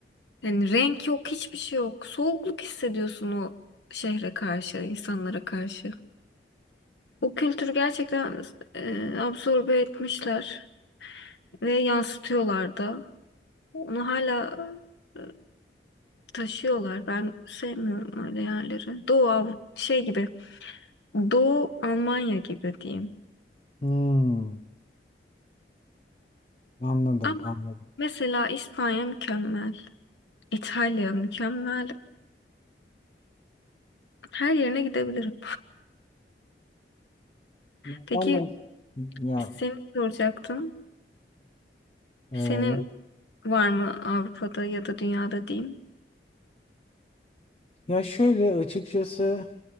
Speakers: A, on the left; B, on the left.
A: Yani renk yok, hiçbir şey yok. Soğukluk hissediyorsun o şehre karşı, insanlara karşı. O kültürü gerçekten e, absorbe etmişler ve yansıtıyorlar da. Onu hala e, taşıyorlar. Ben sevmiyorum öyle yerleri. Doğu Av- şey gibi, Doğu Almanya gibi diyeyim.
B: Hmm, anladım
A: Ama
B: anladım.
A: mesela İspanya mükemmel, İtalya mükemmel. Her yerine gidebilirim.
B: Ya
A: Peki
B: Ben de ya
A: seni soracaktım.
B: hı,
A: Senin var mı Avrupa'da ya da dünyada diyeyim?
B: Ya şöyle açıkçası